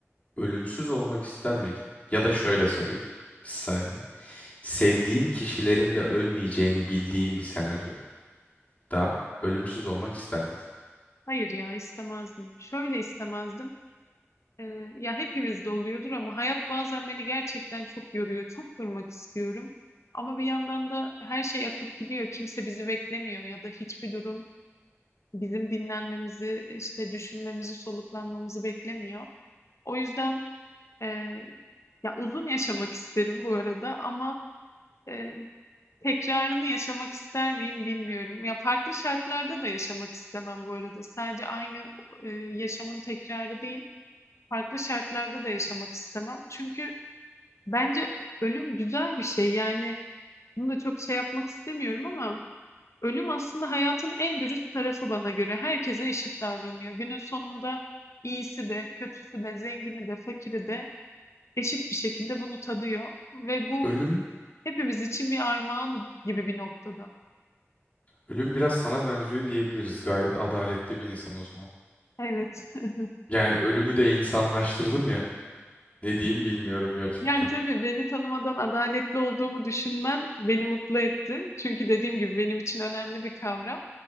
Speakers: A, on the left; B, on the left.
A: Ölümsüz olmak ister miydin? Ya da şöyle sorayım. Bir saniye. Sevdiğin kişilerin de ölmeyeceğini bildiğin bir senaryo. Da ölümsüz olmak ister miydin?
B: Hayır ya istemezdim. Şöyle istemezdim. Ee, ya hepimizde oluyordur ama hayat bazen beni gerçekten çok yoruyor. Çok durmak istiyorum. Ama bir yandan da her şey akıp gidiyor. Kimse bizi beklemiyor ya da hiçbir durum bizim dinlenmemizi, işte düşünmemizi, soluklanmamızı beklemiyor. O yüzden Ee, ya uzun yaşamak isterim bu arada ama e, tekrarını yaşamak ister miyim bilmiyorum. Ya farklı şartlarda da yaşamak istemem bu arada. Sadece aynı e, yaşamın tekrarı değil, farklı şartlarda da yaşamak istemem. Çünkü bence ölüm güzel bir şey. Yani bunu da çok şey yapmak istemiyorum ama ölüm aslında hayatın en dürüst tarafı bana göre. Herkese eşit davranıyor. Günün sonunda iyisi de, kötüsü de, zengini de, fakiri de eşit bir şekilde bunu tadıyor ve bu
A: Ölüm,
B: hepimiz için bir armağan gibi bir noktada.
A: ölüm biraz sana benziyor diyebiliriz. Gayet adaletli bir insan o zaman.
B: Evet. <laughs>
A: Yani ölümü de insanlaştırdım ya. Ne diyeyim bilmiyorum gerçekten.
B: Yani tabii beni tanımadan adaletli olduğumu düşünmen beni mutlu etti. Çünkü dediğim gibi benim için önemli bir kavram.